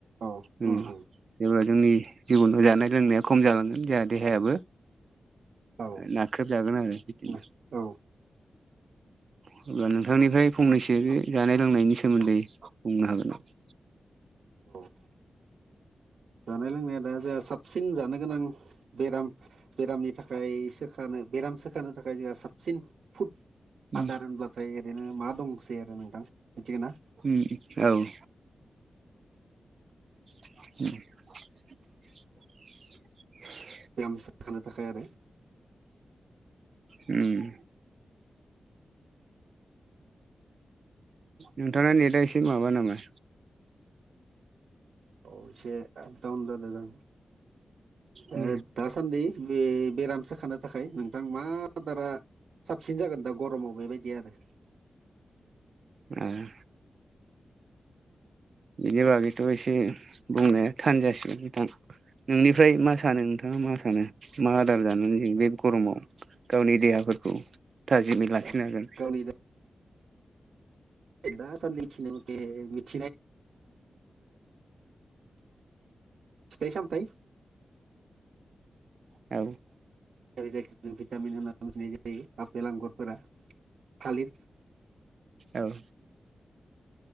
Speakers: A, on the right; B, on the right.
A: औ
B: जेब्ला
A: उम उम
B: जोंनि जिबनाव जानाय लोंनाया खम जालांगोन जोंहा देहायाबो
A: औ
B: नाख्रेबजागोन आरो बिदिनो
A: औ
B: अब्ला नोंथांनिफ्राय फंनैसो बे जानाय लोंनायनि सोमोन्दै बुंनो हागोन नामा?
A: औ <inaudible> जानाय लोंनाया दा जोंहा साबसि सिन जानो गोनां बेराम बेरामनि थाखाय सोखानो बेराम सोखानो थाखाय जोंहा साबसिन फुद
B: उम
A: आदार होनब्लाथाय ओरैनो मा दंसै आरो नोंथां? मिथिगोना
B: ओम औ <inaudible> <inaudible>
A: बेराम सोखानो थाखाय आरो
B: ओम नोंथांना नेटआ एसे माबा नामा?
A: औ एसे आपडाउन जादों ।
B: उम
A: <inaudible> दासान्दि बे बेराम सोखानो थाखाय नोंथां मा दारा साबसिन जागोन दा गरमाव बेबायदि आरो?
B: एह बिनि बागैथ' एसे बुंनाया थानजासिगोन नोंथां नोंनिफ्राय मा सानो नोंथां? नों मा सानो मा आदार जानो जों बे गरमाव गावनि देहाफोरखौ थाजिमै लाखिनो
A: दा
B: हागोन?
A: गावनि <unintelligible> फिथाइ सामथाइ
B: औ
A: जायखौ जों भिटामिन होनानै मिथिनाय जायो आपेल आंगुरफोरा थालिर
B: औ